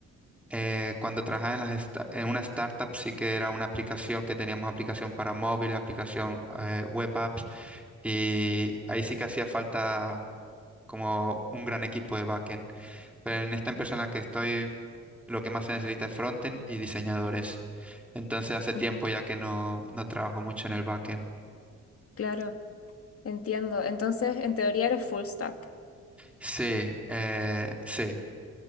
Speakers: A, in the centre; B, on the left.
A: Eh, cuando trabajaba en, las esta- en una startup sí que era una aplicación que teníamos aplicación para móviles, aplicación eh, web apps y ahí sí que hacía falta como un gran equipo de backend. Pero en esta empresa en la que estoy, lo que más se necesita es frontend y diseñadores. Entonces hace tiempo
B: Ujú.
A: ya que no, no trabajo mucho en el backend.
B: Claro, entiendo. Entonces, en teoría eres full stack.
A: Sí, eh, sí,